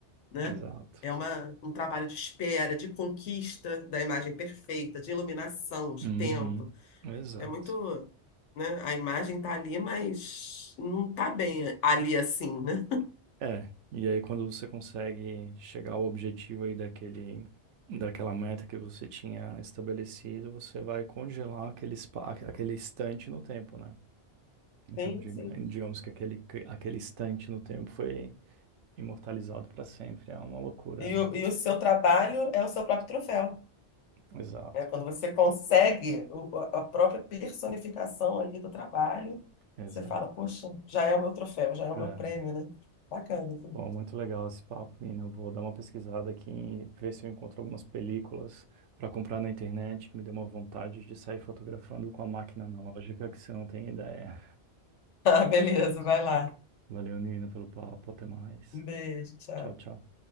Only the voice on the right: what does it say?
exato.
Uhum,
exato.
É, e aí quando você consegue chegar ao objetivo aí daquele, daquela meta que você tinha estabelecido, você vai congelar aquele, spa, aquele instante no tempo, né? Então,
dig-
digamos que aquele, aquele instante no tempo foi imortalizado para sempre. É uma loucura,
né?
Exato,
exato.
É.
Bom, muito legal esse papo, Nina. Eu vou dar uma pesquisada aqui e ver se eu encontro algumas películas para comprar na internet, que me deu uma vontade de sair fotografando com a máquina analógica, que você não tem ideia.
Valeu, Nina, pelo papo. Até mais.
Tchau, tchau.